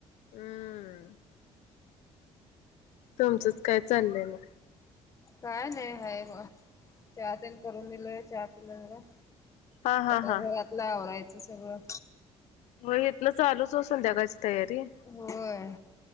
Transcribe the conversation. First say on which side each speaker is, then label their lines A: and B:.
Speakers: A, on the left (about 85°); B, on the left (about 25°).
A: हम्म. तुमचंच
B: मग
A: काय चाललंय मग.
B: काय नाही ह ग चहा तेनी करून दिलय चहा पिलं जरा.
A: हा हा
B: आता
A: हा
B: घरातल आवरायचं सगळं.
A: होय इथल चालूच ओ संध्याकाळची तयारी
B: होय